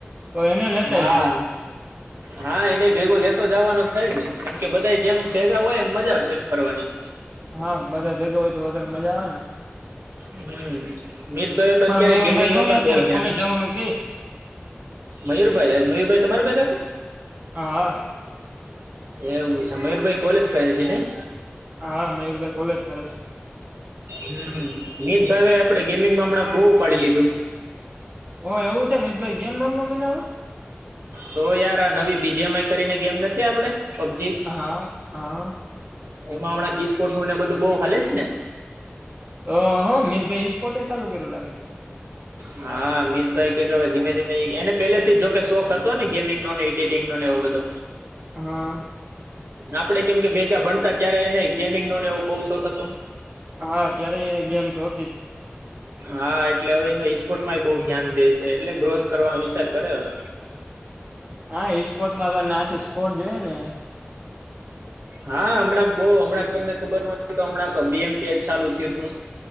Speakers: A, on the right; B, on the right.
A: તો એને લેતા
B: હા
A: આઈ ગયો
B: હા એને ભેગો લેતો જવાનો થાય ને કારણ કે બધા જેમ ભેગા હોય એમ મજા આવશે એમ ફરવાની
A: હા બધા ભેગા હોય તો વધારે મજા આવેને
B: હમ મિતભાઈ તો અત્યારે
A: મયુરભાઈ
B: ગેમિંગમાં
A: જોવ ને
B: પણ
A: અત્યારે
B: બોવ ધ્યાન
A: કોલેજ જવાનું કેશ
B: મયુરભાઈ, મયુરભાઈ તમારે ભેગા છે.
A: હા હ
B: એવું છે મયુરભાઈ કોલેજ પજી નહી
A: હ હા મયુરભાઈ કોલેજ કરે છે
B: હમ મિત ભાગે આપડે ગેમિંગમાં હમણાં બહુ ઉપાડી લીધું
A: ઓ એવું છે મમિતભાઈ કેમ નામ મમીન
B: તો યાર આ નવી બીજી એમ આઈ કરીને ગેમ નથી આપડે પબજી
A: હા, હા
B: એમાં હમણાં કિસપોટનું ને બધું બહ હાલે છે ને
A: તો હો મિતભાઈ ઈ સ્પોર્ટ ચાલુ કર્યું લાગે છે
B: હા મીત ભાઈ કે કે હવે ધીમે ધીમે એને પહેલેથી જ જોકે શોખ હતો ને ગેમીનો ને એડિટંગ નો ને એવો બધો
A: હા
B: આપડે કેમ કે ભેગા ભણતા ત્યારે એને ગેમિંગનો એવો સોખ હતો
A: હા ત્યારે એ ગેમ તો હતી જ
B: હા એટલે હવે એનો ઇસ્પોર્ટમાં બોવ ધ્યાન દે છે, એટલે ગ્રોથ કરવાનો વિચાર કરે હવે
A: હા ઈસ્પોર્ટમા પણ નાખીશ સ્કોડ જોઈએ ને
B: હા હમણાં બોવ હમણાં તમને ખબર ન હોય તો હમણાં બીએમપીએ ચાલુ થયું તું